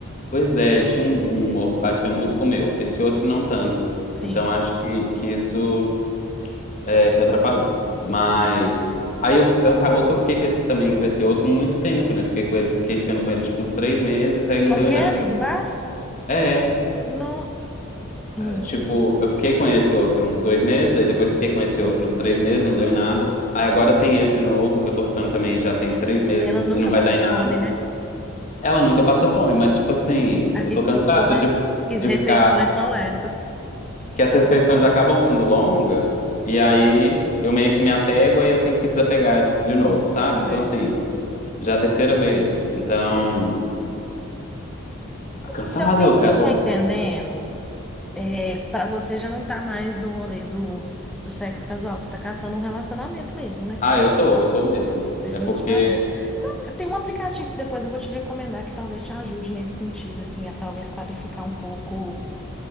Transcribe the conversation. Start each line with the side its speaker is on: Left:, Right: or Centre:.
Left: Pois é, ele tinha um, um humor que batia muito com o meu. Esse outro não tanto.
Centre: Sim.
Left: Então, acho que, que isso é que atrapalhou. Mas. Aí eu, eu- acabou que eu fiquei com esse, também com esse outro muito tempo, né? Fiquei com ele, fiquei ficando com ele tipo uns três meses, aí não
Centre: Com
Left: deu
Centre: a
Left: em
Centre: Kelly
Left: nada.
Centre: do bar?
Left: É,
Centre: Nossa, Hum,
Left: Tipo, eu fiquei com esse outro uns dois meses, aí depois fiquei com esse outro uns três meses, não deu em nada. Aí agora tem esse novo, que eu tô ficando também já tem
Centre: não.
Left: três meses
Centre: ela
Left: e
Centre: nunca
Left: não vai
Centre: passa
Left: dar em nada.
Centre: fome, né?
Left: Ela nunca passa fome, mas tipo assim,
Centre: A
Left: eu
Centre: que
Left: tô cansado
Centre: custo, né?
Left: de,
Centre: Que as
Left: de
Centre: refeições
Left: ficar.
Centre: são essas.
Left: Que as refeições acabam sendo longas, e aí eu meio que me apego, aí eu tenho que desapegar de, de novo, sabe? Então,
Centre: é.
Left: assim, já é a terceira vez. Então, cansado,
Centre: Então, pelo
Left: cara.
Centre: que eu tô entendendo, é, para você já não tá mais no rolê do, do sexo casual, você tá caçando um relacionamento mesmo, né?
Left: Ah, eu tô, eu tô mesmo.
Centre: Definitivamente.
Left: É porque.
Centre: Sabe, tem um aplicativo que depois eu vou te recomendar que talvez te ajude nesse sentido, assim, a talvez qualificar um pouco,